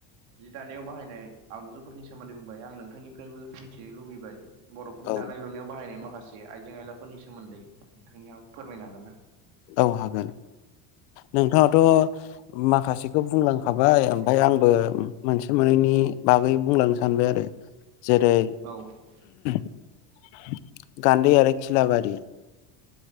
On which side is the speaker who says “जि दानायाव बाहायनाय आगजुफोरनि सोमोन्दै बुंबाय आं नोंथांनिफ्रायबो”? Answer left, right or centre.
Right